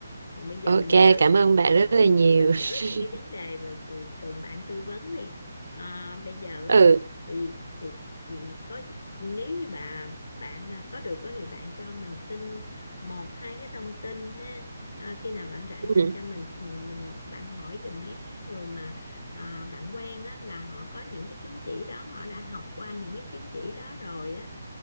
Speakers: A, on the left; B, on the right.
A: còn bây giờ
B: Ok,
A: mình trở lại
B: cảm ơn bạn rất
A: ừ
B: là nhiều.
A: mình trở lại
B: <laughs>
A: cái vấn đề mà c- cần bạn tư vấn đi à, bây giờ á
B: Ừ.
A: thì thì ừ, có nếu như bà bạn à, có được á thì bạn cho mình xin một hai cái thông tin ha à, khi nào bạn rảnh
B: Ừ.
A: bạn cho mình mình bạn hỏi giùm mấy người mà à, bạn quen á là họ có những cái chứng chỉ đó họ đã học qua những cái chứng chỉ đó rồi á